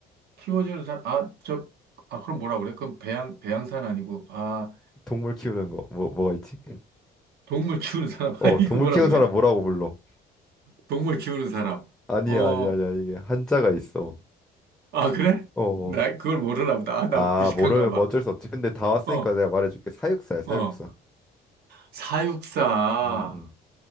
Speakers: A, on the right; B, in the centre.
A: 키워주는 사람, 아, 저, 아, 그럼 뭐라 그래? 그럼 배양, 배양사는 아니고, 아,
B: 동물 키우는 거. 뭐, 뭐가 있지?
A: 동물 키우는 사람. <laughs>
B: 어,
A: 아, 이거
B: 동물
A: 뭐라
B: 키우는
A: 그래?
B: 사람 뭐라고 불러?
A: 동물 키우는 사람.
B: 아니야,
A: 어,
B: 아니야, 아니야. 이게 한자가 있어.
A: 아, 그래?
B: 어,
A: 나
B: 어.
A: 그걸 모르나 보다. 아, 나
B: 아,
A: 무식한가
B: 모르면
A: 봐.
B: 뭐 어쩔 수 없지. 근데 다 왔으니까
A: 어,
B: 내가 말해줄게. 사육사야, 사육사.
A: 어. 사육사.
B: 음, 음.